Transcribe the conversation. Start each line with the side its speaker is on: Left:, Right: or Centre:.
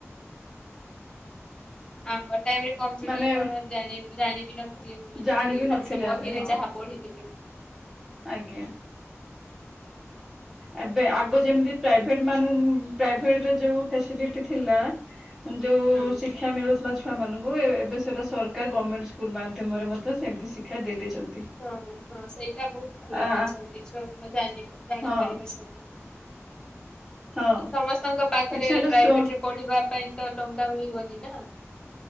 Left: ଆମ ଟାଇମ ରେ କମ୍ପ୍ୟୁଟର
Centre: ମାନେ
Left: କଣ ଜାଣି ଜାଣିବି ନଥିଲି ମୁଁ ମାନେ
Centre: ଜାଣିବି
Left: ଟିକେ ଖାଲି
Centre: ନଥିଲେ
Left: ସେ ବହିରେ
Centre: ଆମେ ହଁ
Left: ଯାହା ପଢ଼ିଥିଲି।
Centre: ଆଜ୍ଞା। ଏବେ ଆଗ ଯେମିତି ପ୍ରାଇଭେଟ ମାନ ପ୍ରାଇଭେଟର ଯୋଉ ଫେସିଲିଟି ଥିଲା ଆ ଯୋଉ
Left: ହୁଁ।
Centre: ଶିକ୍ଷା ମିଳୁ ଥିଲା ଛୁଆମାନଙ୍କୁ ଏବେ ସେଇଟା ସରକାର ଗମେଣ୍ଟ ସ୍କୁଲ ମାଧ୍ୟମରେ ମଧ୍ୟ ସେମିତି ଶିକ୍ଷା ଦେଇ ଦେଇଛନ୍ତି।
Left: ହଁ ହଁ ସେଇଟା ବହୁତ ଭଲ
Centre: ଆ
Left: କରିଛନ୍ତି ଛୁଆ ମାନେ ଯାନୀ ଜାଣିପାରିବେ
Centre: ହଁ
Left: ସବୁ।
Centre: ହଁ
Left: ସମସ୍ତଙ୍କ ପାଖରେ
Centre: କିଛି ହେଲେ
Left: ପ୍ରାଇଭେଟରେ
Centre: ସୋ
Left: ପଢିବା ପାଇଁ ତ ଟଙ୍କା ମିଳିବନି ନା।